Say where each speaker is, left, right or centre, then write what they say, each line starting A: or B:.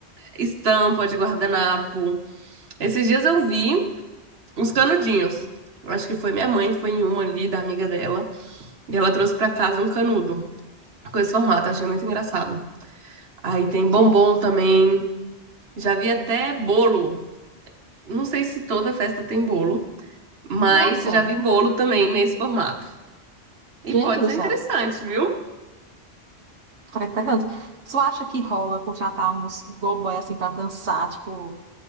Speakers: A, on the right (about 65°); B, on the right (about 85°).
A: estampa de guardanapo. Esses dias eu vi uns canudinhos. Acho que foi minha mãe, foi em uma ali da amiga dela. E ela trouxe pra casa um canudo com esse formato, achei muito engraçado. Aí tem bombom
B: Sim.
A: também. Já vi até bolo. Não sei se toda festa tem bolo, mas
B: Nossa!
A: já vi bolo também nesse formato. E
B: Gente
A: pode
B: do
A: ser
B: céu!
A: interessante, viu?
B: Caracterizando. Tu acha que rola contratar uns gogoy assim pra dançar? Tipo,